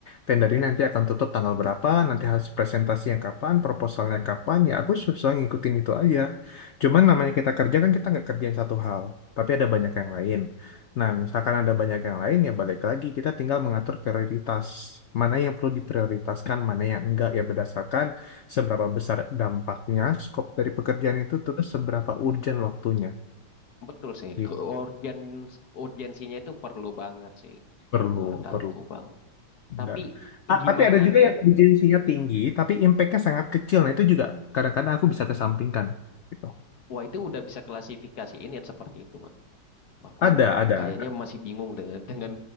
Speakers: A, on the left (about 90°); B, on the left (about 65°).
A: Tender ini nanti akan tutup tanggal berapa, nanti harus presentasinya kapan, proposalnya kapan. Ya aku susah ngikutin itu aja. Cuman namanya kita kerja kan kita nggak kerjain satu hal, tapi ada banyak yang lain. Nah, misalkan ada banyak yang lain ya balik lagi kita tinggal mengatur prioritas. Mana yang perlu diprioritaskan, mana yang enggak ya berdasarkan seberapa besar dampaknya, skop dari pekerjaan itu terus seberapa urgent waktunya.
B: Betul sih,
A: Gitu.
B: ke- urgen- urgensinya itu perlu banget sih
A: Perlu,
B: menurut
A: perlu.
B: aku, Bang.
A: Benar.
B: Tapi
A: Ah,
B: gimana
A: tapi ada juga
B: nih?
A: yang urgensinya tinggi, tapi impact-nya sangat kecil. Nah, itu juga kadang-kadang aku bisa kesampingkan. Gitu.
B: Wah, itu udah bisa klasifikasiin yang seperti itu, Bang. Wah, Aku
A: Ada, ada,
B: kayaknya
A: ada.
B: masih bingung dengan <laughs> dengan